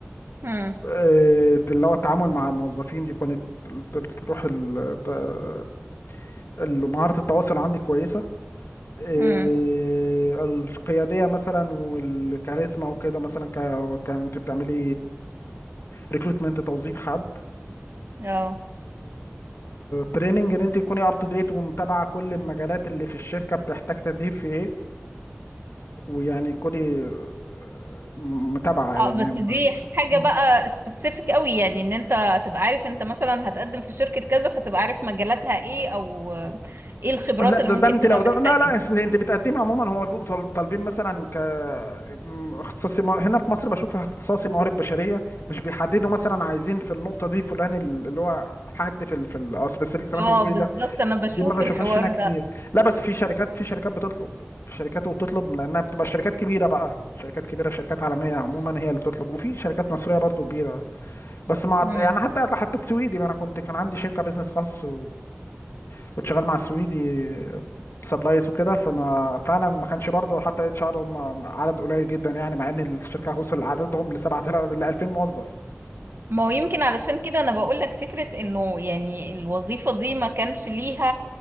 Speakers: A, on the right (about 55°); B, on the left (about 65°).
A: هم
B: آه، اللي هو التعامل مع الموظفين دي كانت تروح ال... ت- مهاره التواصل عندي كويسه آه،
A: هم
B: القياديه مثلا والكاريزما وكده مثلا ك... كنت بتعملي ريكروتمنت توظيف حد
A: اه
B: تريننج ان انت تكوني اب تو ديت ومتابعه كل المجالات اللي في الشركه بتحتاج تدريب في ايه ويعني كوني آه، متابعه
A: اه
B: يعني
A: بس
B: م-
A: دي حاجة
B: م-
A: بقى سبيسيفيك قوي يعني ان انت تبقى عارف انت مثلا هتقدم في شركة كذا فتبقى عارف مجالاتها ايه او ايه الخبرات
B: لا
A: اللي
B: ده,
A: ممكن
B: ده انت
A: تبقى
B: لو
A: محتاجة
B: ده لا لا انت انت بتقدمي عموما هم بيبقوا طال- طالبين مثلا ك م- اختصاصي مو- هنا في مصر بشوف اختصاصي موارد بشريه مش بيحددوا مثلا عايزين في النقطه دي فلان ال- اللي هو حد في ال في السبيسيفيك زي
A: اه
B: ما انت بتقولي
A: بالظبط انا بشوف
B: دي ما بشوفهاش
A: الحوار
B: هنا كتير
A: ده
B: لا بس في شركات في شركات بتطلب في شركات وبتطلب لانها بتبقى شركات كبيره بقى شركات كبيره شركات عالميه عموما هي اللي بتطلب وفي شركات مصريه برضو كبيره بس مع
A: هم
B: يعني حتى حتى السويدي ما انا كنت كان عندي شركه بيزنس خاص وكنت شغال مع السويدي سبلايز وكده فما فعلا ما كانش برضو حتى اتش ار هم عدد قليل جدا يعني مع ان الشركه وصل عددهم ل 7000 ل 2000 موظف
A: ما هو يمكن علشان كده انا بقول لك فكرة انه يعني الوظيفة دي ما كانش ليها